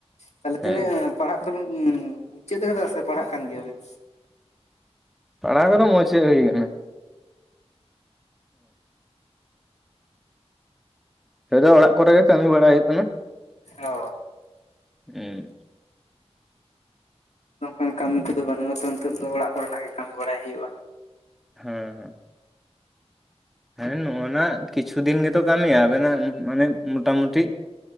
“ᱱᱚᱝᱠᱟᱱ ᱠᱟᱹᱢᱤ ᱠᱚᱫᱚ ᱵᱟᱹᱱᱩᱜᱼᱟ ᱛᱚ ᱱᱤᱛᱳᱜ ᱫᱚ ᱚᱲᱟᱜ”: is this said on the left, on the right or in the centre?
Left